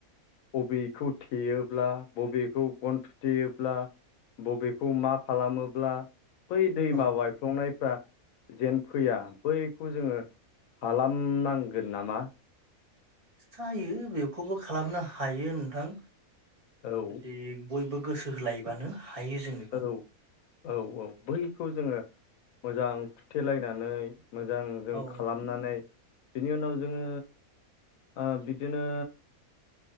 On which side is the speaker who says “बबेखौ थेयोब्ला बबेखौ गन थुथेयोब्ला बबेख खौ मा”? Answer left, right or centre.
Left